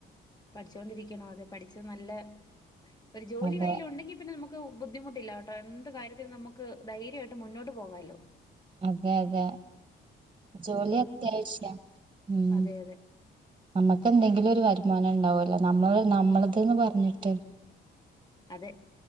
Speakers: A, on the left (about 20°); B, on the right (about 25°).
A: പഠിച്ചുകൊണ്ടിരിക്കണോ അതെ പഠിച്ച നല്ല- ഒരു ജോലി
B: അതെ
A: കയ്യിൽ ഉണ്ടെങ്കി പിന്നെ നമുക്ക്- ബുദ്ധിമുട്ടില്ല കേട്ടോ എന്ത് കാര്യത്തിനും നമുക്ക് ധൈര്യമായിട്ട് മുന്നോട്ട് പോകാലോ
B: അതെ അതെ ജോലി അത്യാവശ്യ ഉം
A: അതെ അതെ
B: നമ്മക്കെന്തെങ്കിലും ഒരു വരുമാനം ഉണ്ടാവ അല്ല നമ്മള് നമ്മളത് ന്ന് പറഞ്ഞിട്ട്
A: അതെ,